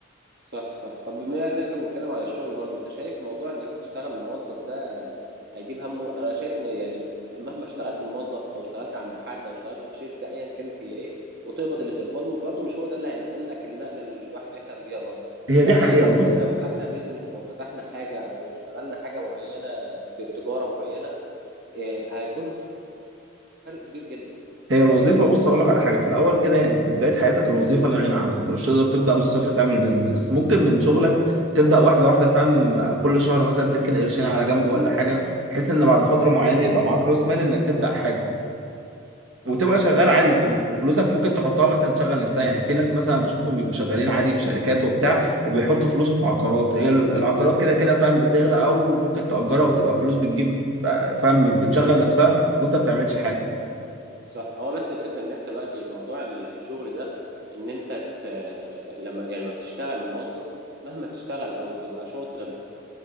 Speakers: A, on the right (about 55°); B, on the right (about 75°).
A: صح صح طب بما اننا كنا بنتكلم على الشغل برضو انت شايف موضوع انك تشتغل موظف ده هيجيب همه انا شايف ان يعني مهما اشتغلت موظف او اشتغلت عند حد او اشتغلت في شركة ايا كانت هي ايه وتقبض اللي تقبضه برضو مش هو ده اللي هينقل لك النقلة اللي الواحد يحلم بيها برضو
B: هي
A: لا
B: دي حقيقة
A: يعني حاسس ان لو فتحنا بيزنس او فتحنا حاجة او اشتغلنا حاجة معينة في التجارة معينة إيه هيكون فرق كبير جدا
B: هي الوظيفة بص أقول لك على حاجة في الأول كده يعني في بداية حياتك الوظيفة لا غنى عنها أنت مش تقدر تبدأ من الصفر تعمل بيزنس بس ممكن من شغلك تبدأ واحدة واحدة فاهم كل شهر مثلا تركن قرشين على جنب ولا حاجة بحيث إن بعد فترة معينة يبقى معاك رأس مال إنك تبدأ حاجة وتبقى شغال
A: ايوه
B: عادي يعني فلوسك ممكن تحطها مثلا تشغل نفسها يعني في ناس مثلا بشوفهم بيبقوا شغالين عادي في شركات وبتاع وبيحطوا فلوسه في عقارات هي ال- العقارات كده كده فاهم بتغلى أو ممكن تأجرها وتبقى فلوس بتجيب فاهم بتشغل نفسها وأنت ما بتعملش حاجة
A: صح هو بس الفكرة ان انت دلوقتي موضوع الشغل ده ان انت ت... لما يعني ما بتشتغل موظف مهما تشتغل او تبقى شاطر